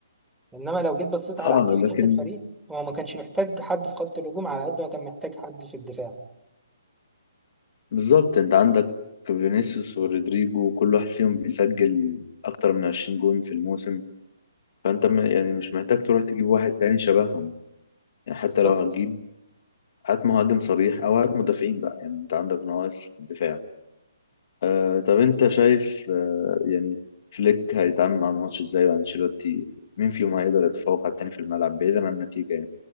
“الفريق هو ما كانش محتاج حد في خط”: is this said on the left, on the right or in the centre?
Centre